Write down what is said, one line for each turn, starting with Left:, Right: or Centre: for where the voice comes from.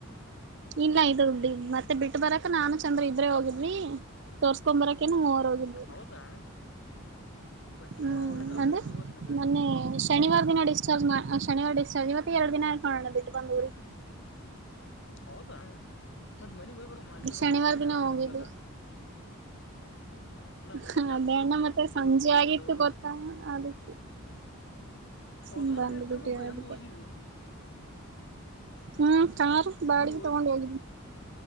Right: ಇಲ್ಲ ಇದು ಡಿ ಮತ್ತೆ ಬಿಟ್ಟ ಬರಕ ನಾನು ಚಂದ್ರ ಇಬ್ರೆ ಹೋಗಿದ್ವಿ ತೋರಸ್ಕೊಂಬರಾಕ ಕೆನು ಮೂವರು ಹೋಗಿದ್ವಿ.
Left: ಹೌದಾ ಫಸ್ಟ್
Right: ಹ್ಮ್ ಅಂದ್ರೆ
Left: ಎಷ್ಟ ಗೊತ್ತ ನನಗ
Right: ಮೊನ್ನೆ ಶನಿವಾರ ದಿನ ಡಿಸ್ಚಾರ್ಜ್ ಶನಿವಾರ ಡಿಸ್ಚಾರ್ಜ್ ಇವತ್ಗಿ ಎರಡ ದಿನಾ ಆಯಿತಾ ನೋಡಣ್ಣಾ ಬಿಟ್ಟು ಬಂದ ಊರಿಗೆ.
Left: ಹೌದಾ ಮತ್ತ ಮನೆಗ್ ಹೋಗಿಬರಮ್ಮ ಅಲ್ಲಿತನ
Right: ಶನಿವಾರ
Left: ಹೋಗಿದ್ದೆ ಮನ್ಯಾಗ
Right: ದಿನ
Left: ಅಮ್ಮ
Right: ಹೋಗಿದ್ವಿ
Left: ಇದ್ಲಲ್ಲಾ ಮನ್ಯಾಗ
Right: ಹ ಅದೇ ಅಣ್ಣ ಮತ್ತೆ
Left: ಬಿಟ್ಟು
Right: ಸಂಜೆ
Left: ಬರಕ್ ಹೋಗಿ
Right: ಆಗಿತ್ತು
Left: ಅಲ್ಲ ಹೋಗಿ ಬರ್ಬೇಕು
Right: ಗೊತ್ತಾ ಅದಕ್ಕೆ
Left: ಹೌದಾ
Right: ಸುಮ್ ಬಂದ್
Left: ರೆಡಿಯಾಗಿ
Right: ಬಿಟ್ಟಿವ
Left: ಬರಬೇಕು ಹೆಂಗ್
Right: ಅದಕ್ಕೆ
Left: ಹೋಗಿದೀ?
Right: ಹ್ಮ್ ಕಾರ್
Left: ಹೆಂಗೂ
Right: ಬಾಡಿಗೆ ತಗೊಂಡ ಹೋಗಿದ್ನಿ.